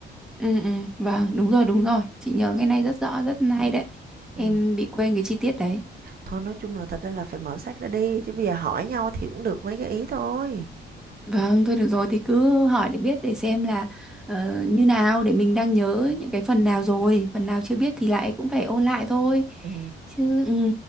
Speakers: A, in the centre; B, on the right.
A: Ừ ừ vâng, đúng rồi đúng rồi. Chị nhớ cái này rất rõ, rất hay đấy.
B: ừ.
A: Em bị quên cái chi tiết đấy.
B: thôi nói chung là thật ra là phải mở sách ra đi chứ bây giờ hỏi nhau thì cũng được mấy cái ý thôi
A: Vâng, thôi được rồi thì cứ hỏi để biết để xem là ờ, như nào để mình đang nhớ những cái phần nào rồi, phần nào chưa biết thì lại cũng phải ôn lại thôi.
B: ừ
A: Chứ ừ.